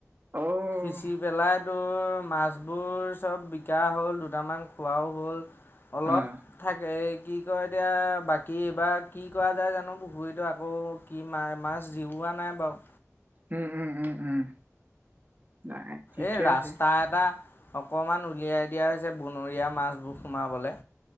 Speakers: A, on the right; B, on the left.
A: অ',
B: সিচি পেলাই তোৰ মাছবোৰ চব বিকা হ'ল দুটামান খোৱাও হ'ল অলপ
A: আহ,
B: এই কি কয় এতিয়া বাকী এইবাৰ কি কৰা যায় জানো পুখুৰীটো আকৌ কি মা মাছ জিওৱোৱা নাই বাৰু।
A: উম, উম, উম, উম নাই ঠিকে
B: এই ৰাস্তা
A: আছে।
B: এটা অকণমান উলিয়াই দিয়া হৈছে বনৰীয়া মাছবোৰ সোমাবলৈ